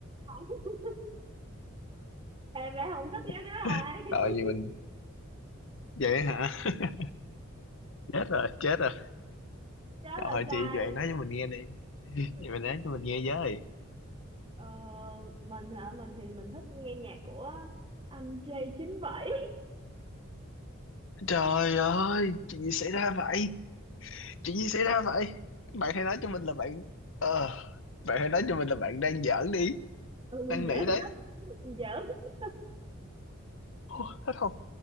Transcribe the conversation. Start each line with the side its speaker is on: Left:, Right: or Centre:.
Right: Không. em bé không thích nhất đó
Left: <laughs>
Right: ai
Left: ờ
Right: <laughs>
Left: gì mình vậy hả <laughs> chết rồi chết rồi
Right: đó
Left: Trời
Right: là sai
Left: chị chị bạn nói cho mình nghe đi <laughs>
Right: Ừ.
Left: Vậy bạn nói cho mình nghe với
Right: ờ, mình hả mình thì mình thích nghe nhạc của anh J97
Left: Trời ơi Chuyện gì xảy ra vậy Chuyện gì xảy ra vậy Bạn hãy nói cho mình là bạn ờ, Bạn hãy nói cho mình là bạn đang giỡn đi
Right: <laughs> ừ, mình
Left: Đang
Right: giỡn
Left: nỉ đấy
Right: mình giỡn
Left: Ô, Hết không